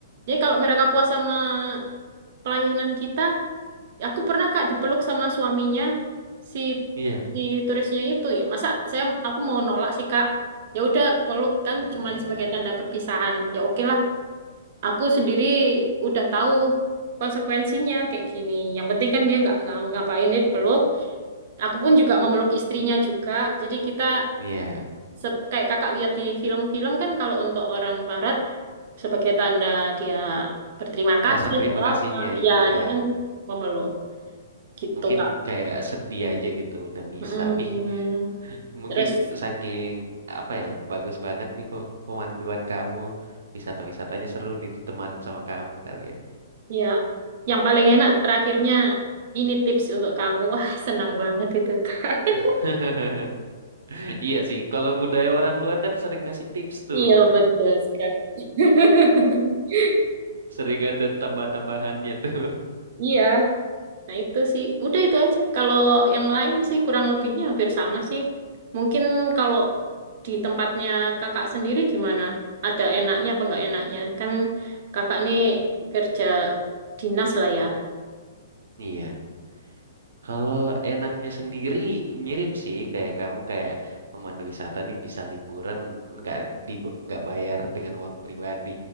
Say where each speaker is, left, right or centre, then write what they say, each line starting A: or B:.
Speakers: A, on the right; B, on the right.
A: Jadi kalau mereka puas sama pelayanan kita ya aku pernah kak dipeluk sama suaminya si
B: Iya.
A: si turisnya itu ya masa saya aku mau nolak sih kak ya udah peluk kan
B: Iya,
A: cuman sebagai
B: ya,
A: tanda perpisahan ya oke lah aku sendiri udah tahu konsekuensinya kayak gini yang penting kan dia nggak nggak mau ngapain dia dipeluk aku pun juga memeluk istrinya juga jadi kita
B: Iya.
A: se- kayak kakak lihat di film-film kan kalau untuk orang barat sebagai tanda dia berterima kasih
B: Rasa terima
A: atau
B: kasihnya
A: apa
B: itu
A: ya
B: ya.
A: dia kan memeluk gitu
B: mungkin
A: Kak.
B: kayak sedih aja gitu udah misa
A: Mm,
B: nih <laughs> mungkin
A: terus
B: saking apa ya bagus banget nih pe- pemanduan kamu wisata-wisatanya seru nih ditemanin sama kamu kali ya
A: ya yang paling enak terakhirnya ini tips untuk kamu. Wah, senang banget itu Kak. <laughs>
B: <laughs> iya sih kalau budaya orang luar kan sering ngasih tips tuh
A: Iya betul sekali. <laughs>
B: sering ada tambah-tambahannya tuh
A: Iya, nah itu sih. Udah itu aja. Kalau yang lain sih kurang lebihnya hampir sama sih. Mungkin kalau di tempatnya kakak sendiri gimana? Ada enaknya apa enggak enaknya? Kan kakak nih kerja dinas lah ya.
B: <laughs> iya Kalau enaknya sendiri mirip sih kayak kamu kayak pemandu wisata nih bisa liburan nggak di nggak bayar dengan uang pribadi.